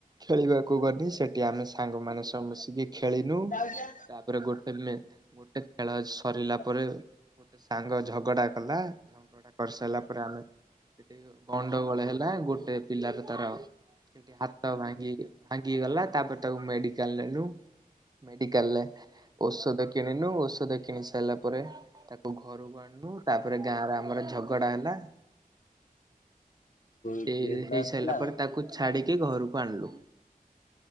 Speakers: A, on the right (about 25°); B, on the left (about 60°).
A: ଖେଳିବାକୁ ଗନି ସେଠି ଆମେ ସାଙ୍ଗମାନେ ସବୁ ମିଶିକି ଖେଳିନୁ
B: ଯାଉଚି ବା।
A: ତା ପୁରା ଗୋଟେ ପେ ଗୋଟେ ଖେଳ ସରିଲା
B: ହେଇ
A: ପରେ ଗୋଟେ ସାଙ୍ଗ ଝଗଡା କଲା, ଝଗଡା କରିସାରିଲା ପରେ ଉଁ ସେଠି ଗଣ୍ଡଗୋଳ ହେଲା ଗୋଟେ ପିଲାର ତାର ସେଠି ହାତ ଭାଙ୍ଗିକି ଭାଙ୍ଗି ଗଲା। ତାପରେ ତାକୁ ମେଡିକାଲ ନେଲୁ, ମେଡିକାଲରେ ଔଷଧ କିଣିନୁ ଔଷଧ କିଣି ସାରିଲା ପରେ ତାକୁ ଆଉ ଘରକୁ ଆଣିଲୁ ତାପରେ ଗାଁରେ ଆମର ଝଗଡା ହେଲା।
B: ତୋ
A: ହେ,
B: ଟେଷ୍ଟ
A: ହେଇ ସାରିଲା
B: ଥିଲା ନା?
A: ପରେ ତାକୁ ଛାଡିକି ଘରକୁ ଆଣିଲୁ।